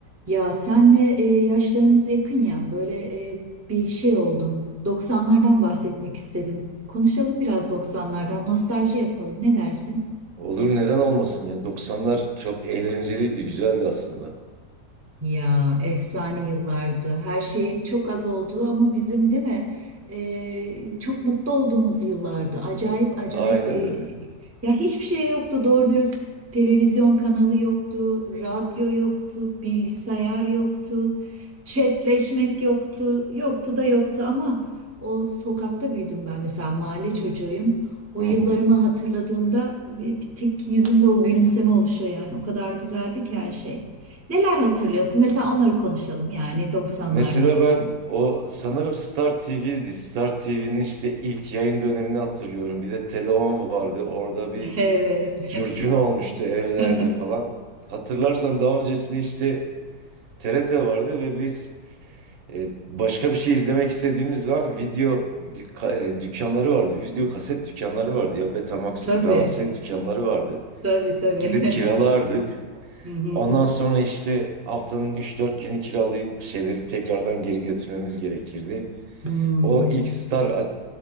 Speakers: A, on the right; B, on the right.
A: Ya senle e, yaşlarımız yakın ya böyle e, bir şey oldum. 90'lardan bahsetmek istedim. Konuşalım biraz 90'lardan, nostalji yapalım. Ne dersin?
B: Olur neden olmasın ya. 90'lar çok eğlenceliydi, güzeldi aslında.
A: Ya efsane yıllardı. Her şeyin çok az olduğu ama bizim değil mi? Ee, çok mutlu olduğumuz yıllardı. Acayip acayip
B: Aynen
A: e,
B: öyle.
A: ya hiçbir şey yoktu. Doğru dürüst televizyon kanalı yoktu, radyo yoktu, bilgisayar yoktu, chatleşmek yoktu. Yoktu da yoktu ama o sokakta büyüdüm ben. Mesela mahalle çocuğuyum. O
B: Hı
A: yıllarımı
B: hı.
A: hatırladığımda bir bir tek yüzümde o gülümseme oluşuyor yani. O kadar güzeldi ki her şey. Neler hatırlıyorsun? Mesela onları konuşalım yani 90'lardan.
B: Mesela ben o sanırım Star TV'ydi. Star TV'nin işte ilk yayın dönemini hatırlıyorum. Bir de Teleon vardı. Orada bir
A: <laughs> Evet.
B: curcuna olmuştu evlerde
A: <laughs>
B: falan. Hatırlarsan daha öncesinde işte TRT vardı ve biz e, başka bir şey izlemek istediğimiz zaman video dük- e, dükkanları vardı. Video kaset dükkanları vardı ya Betamax,
A: Tabii.
B: VHS dükkanları vardı.
A: Tabii tabii.
B: Gidip kiralardık.
A: <laughs> Hı hı.
B: Ondan sonra işte haftanın üç dört günü kiralayıp şeyleri tekrardan geri götürmemiz gerekirdi.
A: Hmm,
B: O ilk Star a-